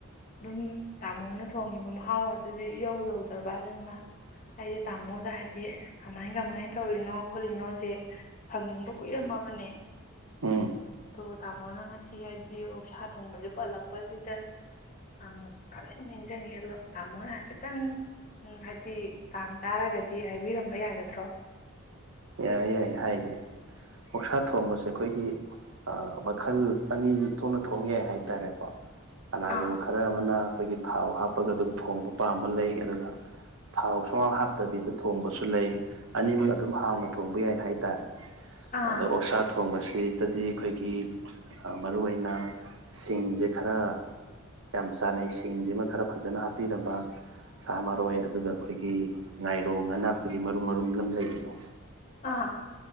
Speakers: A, on the left; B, on the right.
A: ꯑꯗꯨꯝ ꯇꯥꯃꯣꯅ ꯊꯣꯡꯤꯕ ꯃꯍꯥꯎ ꯑꯗꯨꯗꯤ ꯏꯍꯧ ꯌꯧꯗ꯭ꯔꯕ ꯑꯩꯁꯦ ꯇꯥꯃꯣꯗ ꯍꯥꯏꯗꯤ ꯀꯃꯥꯏ ꯀꯃꯥꯏꯅ ꯇꯧꯔꯤꯅꯣ ꯈꯣꯠꯂꯤꯅꯣꯁꯦ ꯍꯪꯅꯤꯡꯕ ꯀꯨꯏꯔꯝꯃꯕꯅꯦ
B: ꯎꯝ
A: ꯑꯗꯣ ꯇꯥꯃꯣꯅ ꯉꯁꯤ ꯍꯥꯏꯗꯤ ꯑꯣ ꯁꯥ ꯊꯣꯡꯕꯁꯦ ꯄꯜꯂꯛꯄꯁꯤꯗ ꯪ ꯈꯪꯅꯤꯡ ꯅꯤꯡꯁꯤꯡꯉꯤ ꯑꯗꯣ ꯇꯥꯃꯣꯅ ꯍꯥꯏꯐꯦꯠꯇꯪ ꯍꯥꯏꯗꯤ ꯇꯥꯡ ꯆꯥꯔꯒꯗꯤ ꯍꯥꯏꯕꯤꯔꯝꯕ ꯌꯥꯒꯗ꯭ꯔꯣ
B: ꯌꯥꯏꯦ ꯌꯥꯏ ꯍꯥꯏꯒꯦ ꯃꯛꯁꯥ ꯊꯣꯡꯕꯁꯦ ꯑꯩꯈꯣꯏꯒꯤ ꯃꯈꯜ ꯑꯅꯤ ꯊꯣꯛꯅ ꯊꯣꯡ ꯌꯥꯏ ꯍꯥꯏꯇꯥꯔꯦꯀꯣ ꯀꯂꯥꯒꯨꯝꯕꯜ
A: ꯑꯥ
B: ꯈꯔ ꯑꯃꯅ ꯑꯩꯈꯣꯏꯒꯤ ꯊꯥꯎ ꯍꯥꯞꯄꯒ ꯑꯗꯨꯝ ꯊꯣꯡꯕ ꯄꯥꯝꯕ ꯂꯩ ꯑꯗꯨꯒ ꯊꯥꯎ ꯁꯨꯃꯥꯡ ꯍꯥꯞꯇꯕꯤꯗ ꯊꯣꯡꯕꯁꯨ ꯂꯩ ꯑꯅꯤꯃꯛ ꯑꯗꯨꯝ ꯍꯥꯎꯅ ꯊꯣꯡꯕ ꯌꯥꯏ ꯍꯥꯏꯇꯥꯔꯦ
A: ꯑꯥ
B: ꯑꯗ ꯑꯣꯁꯥꯔ ꯊꯣꯡꯕꯁꯤꯗꯗꯤ ꯑꯩꯈꯣꯏꯒꯤ ꯃꯔꯨ ꯑꯣꯏꯅ ꯁꯤꯡꯁꯦ ꯈꯔ ꯌꯥꯝ ꯆꯥꯟꯅꯩ ꯁꯤꯡꯁꯤꯃ ꯈꯔ ꯐꯖꯅ ꯍꯥꯞꯄꯤꯔꯕ ꯆꯥꯃꯔꯣꯏ ꯑꯗꯨꯒ ꯑꯩꯈꯣꯏ ꯈꯒꯤ ꯉꯥꯏꯔꯣꯡ ꯉꯅ ꯑꯩꯈꯣꯏꯒꯤ ꯃꯔꯨꯝ ꯃꯔꯨꯝ ꯑꯃ ꯂꯩꯕꯗꯣ
A: ꯑꯥ